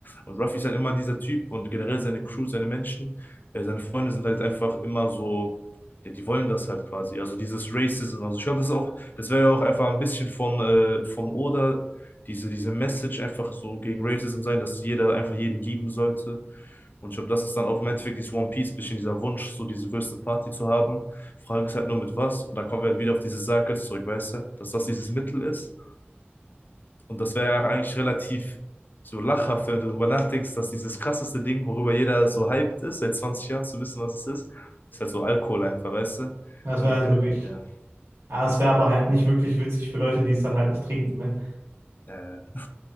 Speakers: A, on the left (about 50°); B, on the right (about 85°).
A: Und Ruffy ist halt immer dieser Typ und generell seine Crew, seine Menschen, äh, seine Freunde sind halt einfach immer so, ja, die wollen das halt quasi. Also dieses Racism. Also ich glaube, das ist auch, das wäre ja auch einfach ein bisschen von, äh, von Oda, diese, diese Message einfach so gegen Racism sein, dass jeder einfach jeden lieben sollte. Und ich glaube, das ist dann auch im Endeffekt dieses One Piece, bisschen dieser Wunsch, so diese größte Party zu haben Frage ist halt nur mit was. Und da kommen wir halt wieder auf dieses Circus zurück, weißt du? Dass das dieses Mittel ist. Und das wäre ja eigentlich relativ so lachhaft, wenn du darüber nachdenkst, dass dieses krasseste Ding, worüber jeder so hyped ist, seit 20 Jahren zu wissen, was es ist, ist halt so Alkohol einfach, weißt du?
B: das
A: Und
B: wäre halt
A: äh,
B: wirklich,
A: ja,
B: ja, es wäre aber halt nicht wirklich witzig für Leute, die es dann halt nicht trinken, ne?
A: äh,